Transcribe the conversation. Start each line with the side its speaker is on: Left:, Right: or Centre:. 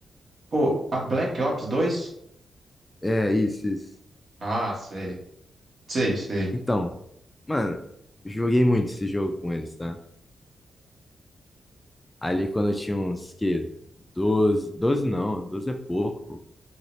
Right: Pô, a Black Ops dois
Left: É, isso, isso.
Right: Ah, sei. Sei, sei.
Left: Então, mano, joguei muito esse jogo com eles, tá? Ali quando eu tinha uns, que, 12 12 não, 12 é pouco, pô.